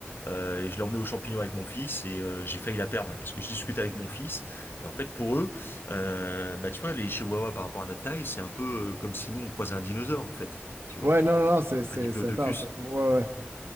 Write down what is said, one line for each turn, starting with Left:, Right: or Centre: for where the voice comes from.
Left: Euh, et je l'ai emmené aux champignons avec mon fils et euh, j'ai failli la perdre parce que je discute avec mon fils. Et en fait, pour eux, euh, bah tu vois, les Chihuahuas par rapport à notre taille, c'est un peu euh, comme si nous on croisait un dinosaure en fait. Tu vois,
Right: Ouais, non, non, non, c'est c'est-
Left: un diplodocus.
Right: c'est intense. Ouais, ouais.